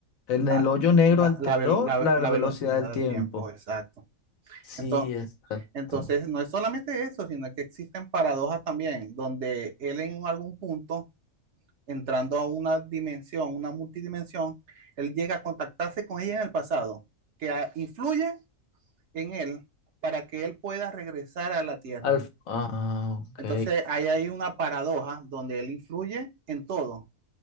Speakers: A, on the left; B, on the right.
A: en
B: la,
A: el hoyo negro
B: la,
A: alteró
B: la, ve- la,
A: la
B: la
A: velocidad
B: velocidad
A: del
B: del
A: tiempo.
B: tiempo, exacto.
A: Sí,
B: Entonces,
A: exacto.
B: entonces, no es solamente eso, sino que existen paradojas también, donde él en algún punto, entrando a una dimensión, una multidimensión, él llega a contactarse con ella en el pasado, que a- influye en él para que él pueda regresar a la Tierra.
A: Al- ah, ok.
B: Entonces, ahí hay una paradoja donde él influye en todo.